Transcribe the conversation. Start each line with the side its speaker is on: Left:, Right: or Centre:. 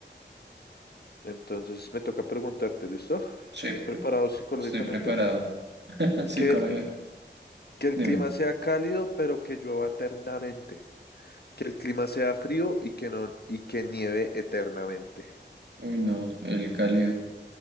Left: Entonces me toca preguntarte, ¿listo?
Right: Sí,
Left: ¿Estás preparado psicológicamente?
Right: estoy preparado. <laughs> Psicológico.
Left: Que el, que el
Right: Dime.
Left: clima sea cálido, pero que llueva eternamente. Que el clima sea frío y que no, y que nieve eternamente.
Right: Uy, no, el cálido.